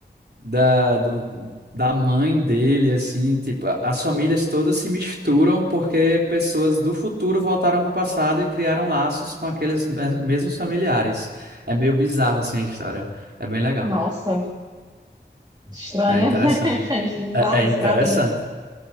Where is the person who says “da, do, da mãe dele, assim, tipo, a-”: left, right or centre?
Right